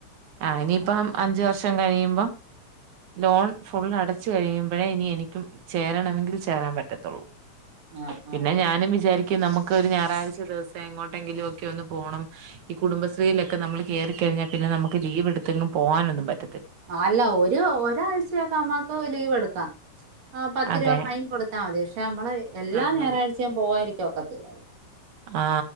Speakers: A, on the right (about 75°); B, on the right (about 60°).
A: ആ ഇനിയിപ്പം അഞ്ച വർഷം കഴിയുഭം ലോൺ ഫുള്ള് അടച്ചു കഴിയുമ്പോഴേ ഇനി എനിക്കും ചേരണമെങ്കിൽ ചേരാൻ പറ്റത്തുള്ളൂ
B: ആ
A: പിന്ന പിന്നെ
B: ആ ആ
A: ഞാനും വിചാരിക്കും നമുക്ക് ഒരു ഞായറാഴ്ച ദിവസം എങ്ങോട്ടെങ്കിലും ഒക്കെ ഒന്ന് പോണം ഈ കുടുംബശ്രീയിലൊക്കെ നമ്മൾ കേറികയിഞ്ഞാ പിന്നെ നമുക്ക് ലീവ് എടുത്തെങ്ങും പോവാനൊന്നും പറ്റില്ല
B: ആഹ് അല്ല ഒരു ഒരാഴ്ചയൊക്കെ അമ്ക്ക് ലീവ് എടുക്കാം ആ പത്ത്
A: അതെ
B: രൂപ ഫൈൻ കൊടുത്താമതി പക്ഷെ നമ്മള് എല്ലാം
A: ആ
B: ഞായറാഴ്ച
A: മതി
B: വിൻ പോവായിരിക്കും ഒക്കത്തില്ല
A: ആ